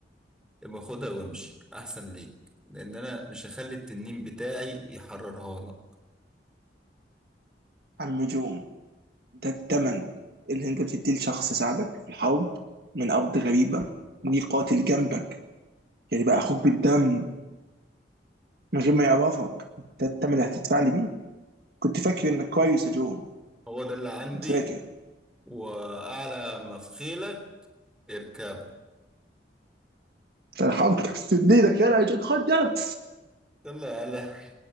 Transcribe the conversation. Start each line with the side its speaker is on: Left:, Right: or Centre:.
Centre: يبقى خدها وامشي احسن ليك لان انا مش هخلي التنين بتاعي يحررها لك
Right: عم جون ده الثمن اللي انت بتديه لشخص ساعدك في الحرب من ارض غريبه ليه قاتل جنبك يعني بقى اخوك بالدم من غير ما يعرفك ده الثمن اللي هتدفع لي بيه كنت فاكر انك كويس يا جون
Centre: هو ده اللي عندي
Right: كنت فاكر
Centre: واعلى ما في خيلك اركبه
Right: ده الحرب كانت في ايدك يلا يا جون خد يلا
Centre: يلا يا هلا